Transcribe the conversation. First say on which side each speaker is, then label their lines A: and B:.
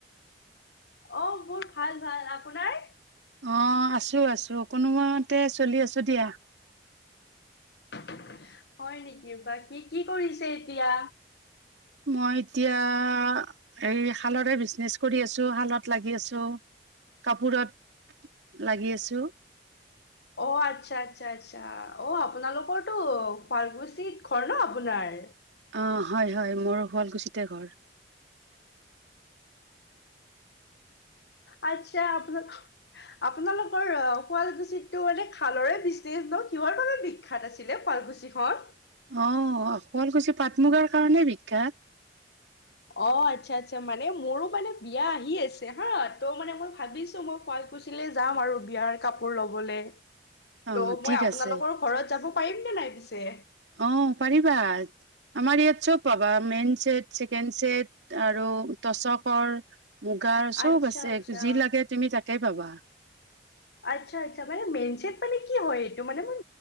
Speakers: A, on the left; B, on the right.
A: অ মোৰ ভাল ভাল আপোনাৰ
B: অ আছো আছো কোনোমতে চলি আছো দিয়া
A: <unintelligible> হয় নেকি বা কি কি কৰিছে এতিয়া
B: মই এতিয়া হ শালৰে বিজনেছ কৰি আছো শালত লাগি আছো কাপোৰত লাগি আছো
A: অ আচ্ছা আচ্ছা আচ্ছা অ আপোনালোকৰটো শালকুছিত ঘৰ ন আপোনাৰ
B: অ হয় হয় মোৰ শুৱালকুছিতে ঘৰ
A: আচ্ছা আপোন আপোনালোকৰ শুৱালকুছিতো মানে খালৰে বিনে ন কিহৰ বাবে বিখ্যাত আছিলে শুৱালকুছিখন
B: অ শুৱালকুছি পাট মুগাৰ কাৰণে বিখ্যাত
A: অ আচ্ছা আচ্ছা মানে মোৰো মানে বিয়া আহি আছে হা ত' মানে মই ভাবিছো মই শুৱালকুছলে যাম আৰু বিয়াৰ কাপোৰ লবলৈ।
B: অ
A: ত' মই
B: ঠিক
A: আপোনালোকৰ
B: আছে
A: ঘৰত যাব পাৰিম নে নাই পিছে
B: অ', পাৰিবা। আমাৰ ইয়াত। চব পাবা মেইন ছেট ছেকেণ্ড ছেট আৰু টচক কৰ। মুগাৰ চব
A: আচ্ছা
B: আছে
A: আচ্ছা।
B: যি লাগে তুমি তাকে পাবা
A: আচ্ছা আচ্ছা মানে মেইন চট মানে কি হয় এইটো মানে মোৰ